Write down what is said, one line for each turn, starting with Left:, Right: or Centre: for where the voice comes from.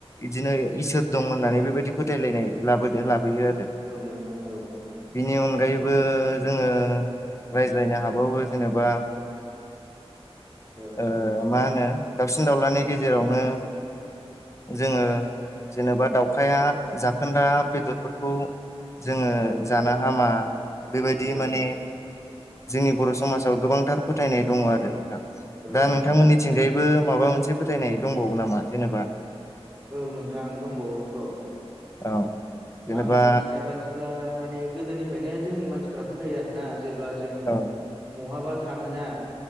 Left: इदिनो इसोर दं होननानै बेबायदि फोथायलायनाय लाबोदों लाबोयो आरो ।
Centre: औ नोंथां औ औ।
Left: बिनि अनगायैबो जोङो रायज्लायनो हाबावो जेनेबा
Centre: औ
Left: ओ मा होनो दाउसिन दावलानि गेजेरावनो जोङो जेनेबा दाउखाया जाखोन्दा बेदर फोरखौ जोङो
Centre: औ
Left: जानो हामा बेबायदि
Centre: औ
Left: माने
Centre: औ
Left: जोंनि बर' समाजाव गोबांथार फोथायनाय दङ' आरो नोंथां
Centre: औ
Left: दा
Centre: नोंथां
Left: नोंथांमोननि
Centre: औ
Left: थिंजायबो माबा मोनसे फोथायनाय दंबावो नामा जेनेबा
Centre: औ नोंथां दंबावोथ'।
Left: औ। जेनेबा
Centre: आं मिथिनाय बादिब्ला माने गोदोनिफ्रायनो जोंनि मानसिफ्रा फोथायो आरोना जेब्ला जों
Left: औ
Centre: बहाबा थाङोना